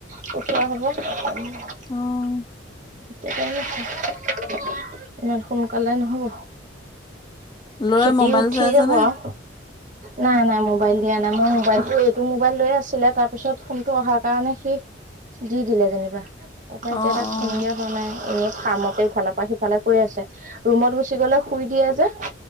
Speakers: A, on the right (about 40°); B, on the left (about 20°).
A: পঠোৱা হব। <unintelligible>
B: অ',
A: ইমান সোনকালে নহব?
B: ল'ৰাই
A: খিতি
B: মোবাইল
A: উঠি
B: চাই আছে
A: যাব
B: নে?
A: আও। নাই-নাই মোবাইল দিয়া নাই মই মোবাইলটো এইটো মোবাইল লৈ আছিলে তাৰ পিছত ফোনটো অহাৰ কাৰণে সি দি দিলে যেনিবা তাৰপৰা
B: অ',
A: এতিয়া তাক
B: অ',
A: ফোন দিয়া হোৱা নাই এনেই ফাৰ্মতে ইফালৰ পৰা সিফালে কৈ আছে ৰুমত গুচি গলে শুই দিয়ে যে।